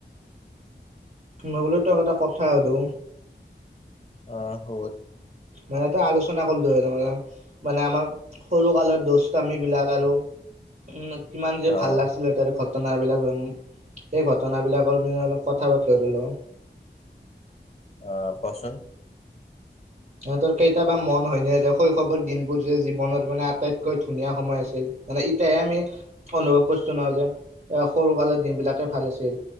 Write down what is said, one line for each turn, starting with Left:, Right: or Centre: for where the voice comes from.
Right: মই বোলো তোক এটা কথা সোধো।
Left: অ', সোধ।
Right: মানে এটা আলোচনা কৰিলো হয় তাৰমানে, মানে আমাৰ সৰু কালৰ দুষ্ট আমি বিলাক আৰু কিমা কিমান যে
Left: আহ
Right: ভাল লাগছিলে তাৰ ঘ টনাবিলাক এম, সেই ঘটনাবিলাকৰ বিষয়ে অলপ কথা পাতিলোঁ হয় ধৰিল।
Left: অ', কচোন।
Right: তহঁতৰ কেইতাবা মন হয়নে যে শৈশৱৰ দিনবোৰ যে জীৱনত মানে আটাইতকৈ ধুনীয়া সময় আছিল। মানে ইতিয়াহে আমি অনুভৱ কৰছো ন' যে এ সৰুকালৰ দিন বিলাকে ভাল আছিল